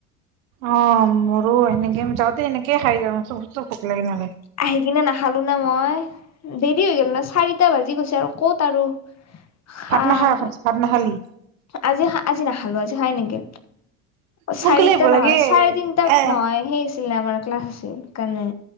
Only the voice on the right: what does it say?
অ মোৰ এনেকে যওঁতে এনেকে খাই যাওঁ লাগে নহ'লে।
ভাত নাকাল ভাত নখালি
সোনকালে
আহিব
লাগে
এ